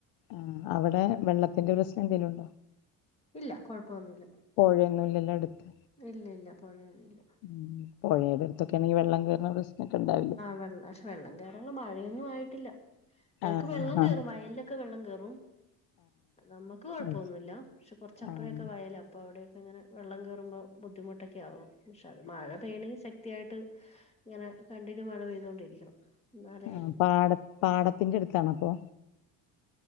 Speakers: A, on the left; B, on the left.
A: ആഹ് അവടെ വെള്ളത്തിന്റെ പ്രശ്നം എന്തെലും ഉണ്ടോ?
B: ഇല്ല കൊഴപ്പന്നുല്ല.
A: പൊഴന്നുല്ലല്ലോ അട്ത്ത്?
B: ഇല്ല ഇല്ല പുഴയല്ല
A: ഉം പൊഴേടെ എടുത്തൊക്കെണെങ്കിൽ വെള്ളം കേർണ പ്രശ്നക്കെ ഉണ്ടാവില്ലേ?
B: വെള്ള വെള്ളം കേറാള്ള മഴയൊന്നും ആയിട്ടില്ല ഞങ്ങക്ക്
A: ആഹ്
B: വെള്ളം കേറും
A: ആഹ്
B: വയൽലൊക്കെ വെള്ളം കേറും. നമ്മക്ക് കൊഴപ്പന്നുല്ല
A: ആഹ് അത് ശരി
B: ക്ഷെ കൊർച്ചപ്പുറേക്കെ
A: ആഹ്
B: വയല പ്പ അവടെക്കെ ഇങ്ങനെ വെള്ളം കേറുമ്പോ ബുദ്ധിമുട്ടൊക്കെ ആവും. പക്ഷേ അത് മഴ പെയ്യണെങ്കിൽ ത്യായിട്ട് ഇങ്ങനെ കണ്ടിന്യൂ മഴ പെയ്തോണ്ടിരിക്കണം. എന്നാലേ
A: ആ
B: ഉള്ളൂ
A: പാട പാടത്തിന്റെ അടുത്താണ് അപ്പൊ?